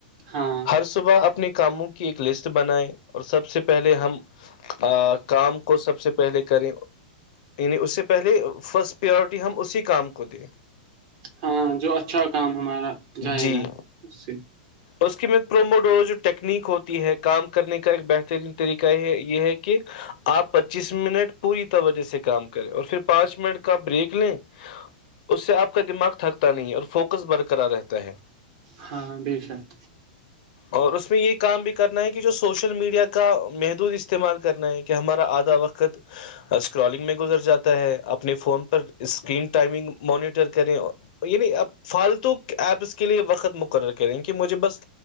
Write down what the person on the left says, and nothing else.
ہر صبح اپنے کاموں کے ایک لسٹ بنائے اور سب سے پہلے ہم کام کو سب سے کریں یعنی اس سے پہلے فسٹ پیورٹی ہم اسی کام کو دیں
جی
اس کے میں پروموڈو جو ٹیکنیک ہوتی ہے کام کرنے کا ایک بہترین طریقہ ہے یہ ہے کہ آپ پچیس منٹ پوری توجہ سے کام کریں اور پھر پانچ منٹ کا بریک لیں اس سے آپ کا دماغ تھکتا نہیں اور فوکس برک کرا رہتا ہے
اور اس میں یہ کام بھی کرنا ہے کہ جو سوشل میڈیا کا محدود استعمال کرنا ہے کہ ہمارا آدھا وقت اسکرولنگ میں گزر جاتا ہے اپنے فون پر اسکرین ٹائمنگ مانیٹر کریں یعنی اب فالتو ایپ اس کے لیے وقت مقرر کریں کہ مجھے بس